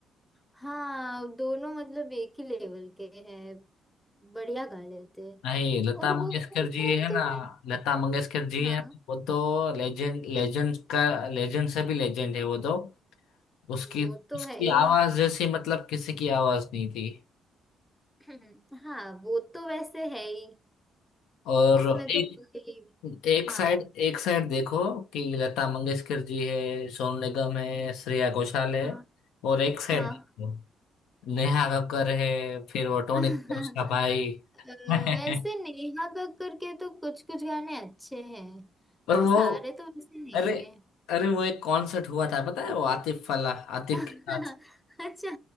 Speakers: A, in the centre; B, on the left (about 85°).
A: हाँ दोनों मतलब एक ही लेवल के हैं बढ़िया गा लेते हैं।
B: नहीं लता
A: और
B: मंगेशकर
A: वो पता
B: जी
A: है
B: है
A: तुम्हें
B: ना लता मंगेशकर जी
A: हाँ
B: है ना, वो तो लेजेंड लेजेंड का लेजेंड से भी लेजेंड है वो तो उसकी
A: वो तो
B: उसकी
A: है ही
B: आवाज जैसी मतलब किसी की आवाज नहीं थी
A: <clears throat> हाँ वो तो वैसे है ही
B: और
A: उसमें तो
B: एक
A: कोई
B: एक
A: हाँ
B: साइड एक साइड देखो कि लता मंगेशकर जी है सोनू निगम है श्रेया घोषाल है
A: हाँ
B: और एक साइड
A: हाँ
B: देखो नेहा कक्कर है फिर वो
A: <laughs>
B: टोनी कक्कर उसका भाई
A: अ,
B: <laughs>
A: वैसे नेहा कक्कड़ के तो कुछ कुछ गाने अच्छे हैं
B: पर वो
A: सारे तो वैसे नहीं
B: अरे
A: है
B: अरे वो एक कॉन्सर्ट हुआ था पता है वो आतिफ वाला आतिफ
A: <laughs>
B: के साथ
A: अच्छा